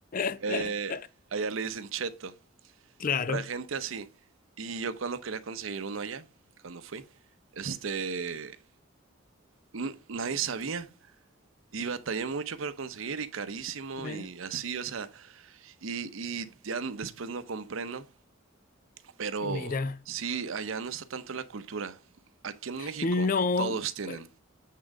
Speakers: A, on the left; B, on the right.
A: <laughs>
B: Eh, allá le dicen cheto.
A: Claro.
B: para gente así. Y yo cuando quería conseguir uno allá, cuando fui, este, n- nadie sabía. Y batallé mucho para conseguir y carísimo
A: Mira.
B: y así, o sea, y, y ya n- después no compré, ¿no? Pero
A: Mira.
B: sí, allá no está tanto la cultura. Aquí en México
A: No,
B: todos tienen,
A: bueno,